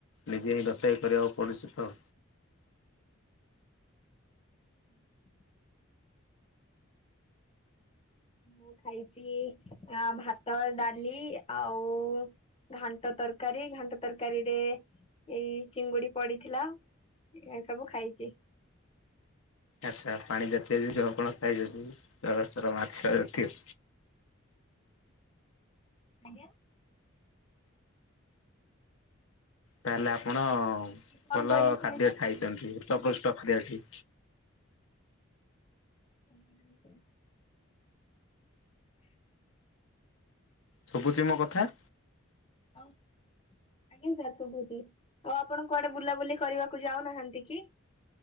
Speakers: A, on the left; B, on the left.
A: ନିଜେ ରୋଷେଇ କରିଆକୁ ପଡ଼ୁଚି ତ।
B: ହୁଁ ମୁଁ ଖାଇଚି ଆଁ ଭାତ ଡାଲି ଆଉ ଘାଣ୍ଟ ତରକାରୀ ଘାଣ୍ଟ ତରକାରୀରେ ଏଇ ଚିଙ୍ଗୁଡି ପଡିଥିଲା। ଏ ସବୁ ଖାଇଚି।
A: ଆଚ୍ଛା, ପାଣି ଜାତୀୟ ଜିନିଷ ଆପଣ ଖାଇଛନ୍ତି ଜଳସ୍ତର ମାଛ ଜାତୀୟ?
B: ଆଜ୍ଞା।
A: ତାହେଲେ ଆପଣ
B: କଣ
A: ଭଲ
B: କହିଲି ଶୁଣି
A: ଖାଦ୍ୟ
B: ପାରିଲିନି।
A: ଖାଇଛନ୍ତି ହୃତପୃଷ୍ଟ ଖାଦ୍ୟଟି।
B: <inaudible>
A: ଶୁବୁଚି ମୋ କଥା?
B: <inaudible> ଆଜ୍ଞା, ସାର୍ ଶୁଭୁଚି। ଆଉ ଆପଣ କୁଆଡେ ବୁଲାବୁଲି କରିବାକୁ ଯାଉନାହାନ୍ତି କି?